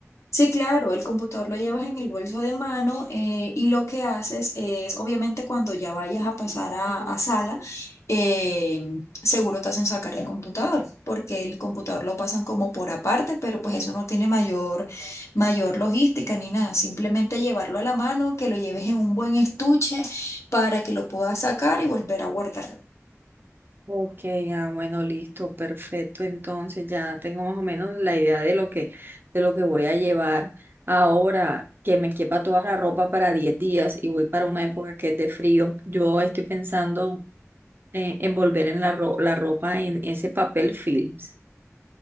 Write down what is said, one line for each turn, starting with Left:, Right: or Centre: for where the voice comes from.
Left: Sí, claro, el computador lo llevas en el bolso de mano eh, y lo que haces es, obviamente, cuando ya vayas a pasar a, a sala, eh, seguro te hacen sacar el computador, porque el computador lo pasan como por aparte, pero pues eso no tiene mayor, mayor logística ni nada, simplemente llevarlo a la mano, que lo lleves en un buen estuche para que lo puedas sacar y volver a guardar.
Right: Ok, ah, bueno, listo, perfecto. Entonces ya tengo más o menos la idea de lo que, de lo que voy a llevar ahora, que me quepa toda la ropa para 10 días y voy para una época que es de frío. Yo estoy pensando en envolver en la, ro- la ropa en ese papel films.